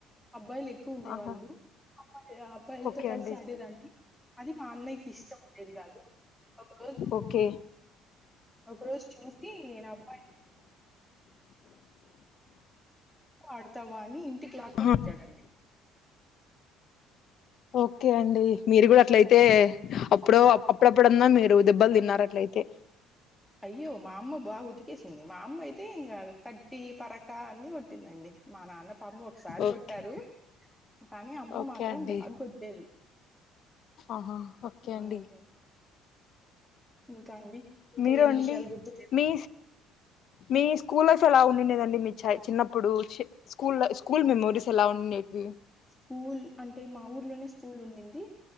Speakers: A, in the centre; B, on the left (about 50°).
A: అబ్బాయిలు ఎక్కువ ఉండే
B: ఆహా
A: వాళ్ళు అబ్ అబ్బాయిలతో
B: ఓకే
A: కలిసి
B: అండి
A: ఆడేదాన్ని అది మా అన్నయ్యకి ఇష్టం ఉ డేది కాదు ఒక రోజు
B: ఓకే
A: ఒక రోజు చూసి నేను అబ్బాయి ఆడతావా అని ఇంటికి లాక్కొని
B: ఆ
A: వచ్చాడండి
B: ఓకే అండి మీరు కూడా అట్లయితే అప్పుడు అప్పుడప్పుడన్నా మీరు దెబ్బలు తిన్నారు అట్లయితే
A: అయ్యో మా అమ్మ బాగా ఉతికేసింది మా అమ్మ అయితే ఇంకా కట్టి పరక అన్ని కొట్టిందండి మా నాన్న పాపం ఒకసారి
B: ఓకే
A: కొట్టారు కానీ అమ్మ
B: ఓకే
A: మాత్రం
B: అండి
A: బాగ కొట్టేది
B: ఆహా ఓకే
A: హ్మ్.
B: అండి
A: ఇంకా అండి ఇంకా
B: మీరు
A: ఏం
B: అండి
A: విషయాలు గుర్తులేవు?
B: మీ మీ స్కూల్స్ ఎలా ఉండేదండి మీ చ చిన్నప్పుడు స్కూల్ స్కూల్ మెమోరీస్ ఎలా ఉండేటివి
A: స్కూల్ అంటే మా ఊర్లోనే స్కూల్ ఉండింది